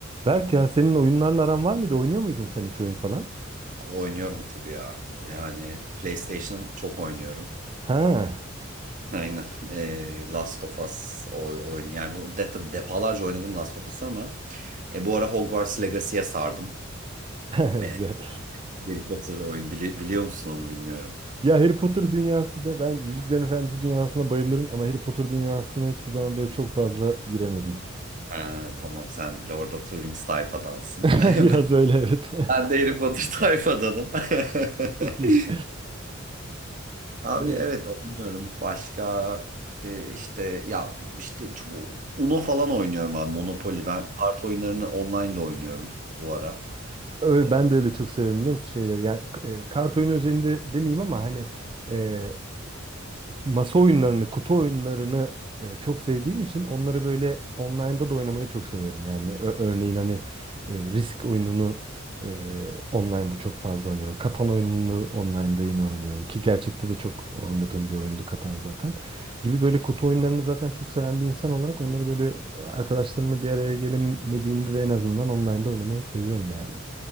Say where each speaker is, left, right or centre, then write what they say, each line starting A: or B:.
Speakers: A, on the right; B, on the right.
A: Berk ya senin oyunlarla aran var mıydı? Oynuyor muydun sen hiç oyun falan?
B: Abi Oynuyorum tabii ya. Yani PlayStation çok oynuyorum.
A: Ha,
B: <laughs> Aynen. Ee, Last of Us oy, oyun yani de, defalarca oynadım Last of Us'ı ama e, bu ara Hogwarts Legacy'ye sardım.
A: <laughs> güzel.
B: Ee, Harry Potter oyun bili- biliyor musun onu bilmiyorum.
A: Ya Harry Potter dünyası da ben Yüzüklerin Efendisi dünyasına bayılırım ama Harry Potter dünyasına hiçbir zaman böyle çok fazla giremedim.
B: Ee, tamam sen Lord of the Rings tayfadansın.
A: <laughs>
B: <laughs>
A: Biraz öyle evet. <laughs>
B: Ben de Harry Potter tayfadanım. <laughs>
A: Çok iyi.
B: Abi
A: Evet.
B: evet oynuyorum. Başka e, işte ya işte çok Uno falan oynuyorum abi Monopoly. Ben kart oyunlarını online de oynuyorum bu ara.
A: Öyle,
B: E,
A: ben de öyle çok severim biliyor musun şeyleri. Yani e, kart oyunu özelinde demeyeyim ama hani e, masa oyunlarını, kutu oyunlarını e, çok sevdiğim için onları böyle online'da da oynamayı çok severim. Yani ö- örneğin hani e, Risk oyununu e, online'da çok fazla oynuyorum. Katan oyununu online'da yine oynuyorum ki gerçekte de çok oynadığım bir oyundu Katan zaten. Gibi böyle kutu oyunlarını zaten çok seven bir insan olarak onları böyle arkadaşlarımla bir araya gelemediğimde de en azından online'da oynamayı seviyorum yani.